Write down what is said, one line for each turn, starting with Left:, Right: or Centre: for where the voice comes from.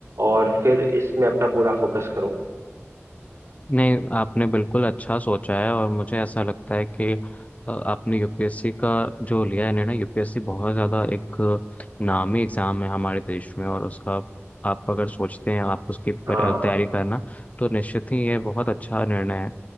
Right: और फिर इसमें अपना पूरा फोकस करूँ
Left: नहीं आपने बिल्कुल अच्छा सोचा है और मुझे ऐसा लगता है कि अ, आपने यूपीएससी का जो लिया है निर्णय यूपीएससी बहुत ज़्यादा एक नामी एग्ज़ाम है हमारे देश में और उसका आप अगर सोचते हैं आप उसकी पर-
Right: हाँ
Left: तैयारी करना तो निश्चित ही ये बहुत अच्छा निर्णय है